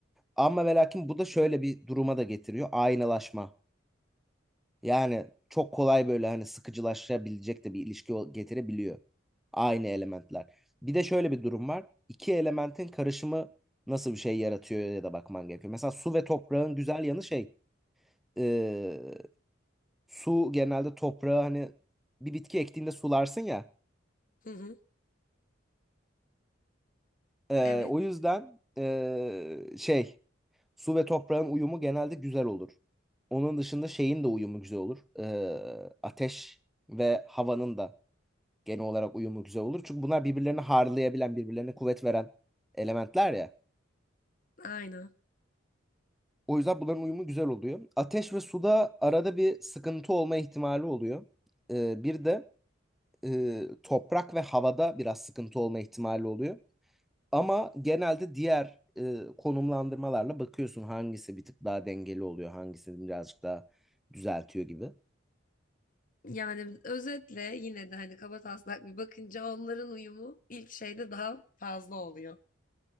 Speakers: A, in the centre; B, on the left.
A: Ama ve lakin bu da şöyle bir duruma da getiriyor. Aynalaşma. Yani çok kolay böyle hani sıkıcılaşabilecek de bir ilişki ol- getirebiliyor. Aynı elementler. Bir de şöyle bir durum var. İki elementin karışımı nasıl bir şey yaratıyor ya da bakman gerekiyor. Mesela su ve toprağın güzel yanı şey. e, su genelde toprağı hani bir bitki ektiğinde sularsın ya.
B: Hı hı.
A: E,
B: Evet.
A: o yüzden e, şey su ve toprağın uyumu genelde güzel olur. Onun dışında şeyin de uyumu güzel olur. E, ateş ve havanın da. genel olarak uyumu güzel olur. Çünkü bunlar birbirlerini harlayabilen, birbirlerine kuvvet veren elementler ya.
B: Aynen.
A: O yüzden bunların uyumu güzel oluyor. Ateş ve suda arada bir sıkıntı olma ihtimali oluyor. Ee, bir de e, toprak ve havada biraz sıkıntı olma ihtimali oluyor. Ama genelde diğer e, konumlandırmalarla bakıyorsun hangisi bir tık daha dengeli oluyor, hangisi birazcık daha düzeltiyor gibi.
B: Yani özetle yine de hani kabataslak bir bakınca onların uyumu ilk şeyde daha fazla oluyor.